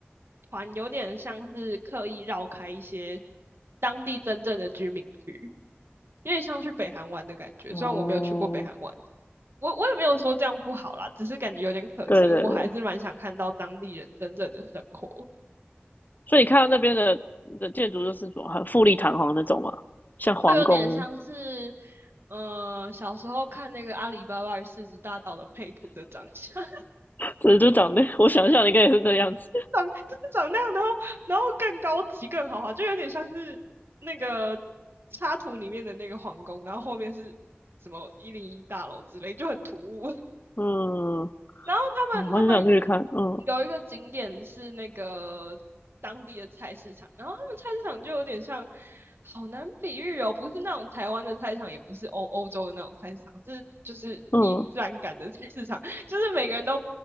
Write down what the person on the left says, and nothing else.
哦，
对对对，
所以你看到那边的的建筑就是什么很富丽堂皇那种嘛，像皇宫，
对，就长那，<laughs> 我想象应该也是那样子。
嗯，
好好想去看。嗯
嗯，